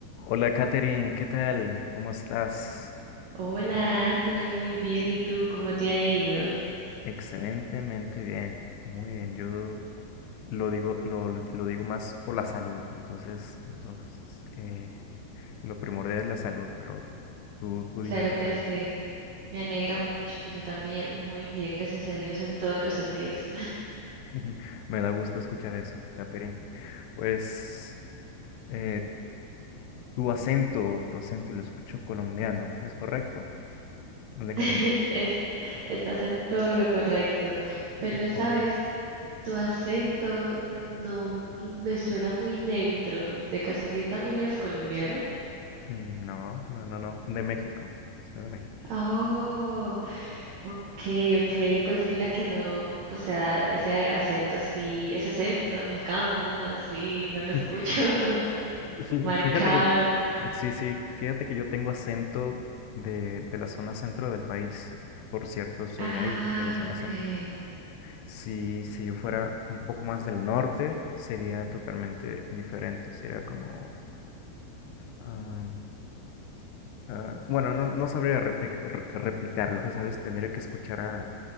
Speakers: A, on the left; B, on the right.
A: Hola Katherine, ¿qué tal? ¿Cómo estás?
B: Hola Anthony, muy bien. ¿Y tú cómo te ha ido?
A: Excelentemente bien, muy bien. Yo lo digo, lo, lo- lo digo más por la salud, entonces, entonces eh, lo primordial es la salud, pero tú, tú
B: Claro
A: dime qué
B: que
A: tal.
B: sí. Me alegra mucho. pues Yo también, muy bien, gracias a Dios, en todos los sentidos.
A: <laughs> Me da gusto escuchar eso, Katherine. Pues eh, tu acento, tu acento lo escucho colombiano, ¿es correcto? De Colombia,
B: <laughs> Es- estás en todo lo correcto. Pero sabes,
A: ok.
B: tu acento no m- me suena muy neutro. ¿De casualidad también eres colombiano?
A: Mm, No, no, no, no, de México, soy de México.
B: Oh, ok, ok. Pues mira que no, o sea, ese acento así, ese acento mexicano así, no lo escucho
A: <laughs>
B: <laughs>
A: Sí, fí-
B: marcado.
A: Fíjate que, sí, sí, fíjate que yo tengo acento de, de la zona centro del país. Por cierto, soy
B: Ah,
A: de ahí, de la zona
B: okay.
A: centro. Si, si yo fuera un poco más del norte, sería totalmente diferente. Sería como, ah, ah, bueno, no, no sabría repli- re- replicarlo, ya ¿sabes? Tendría que escuchar a,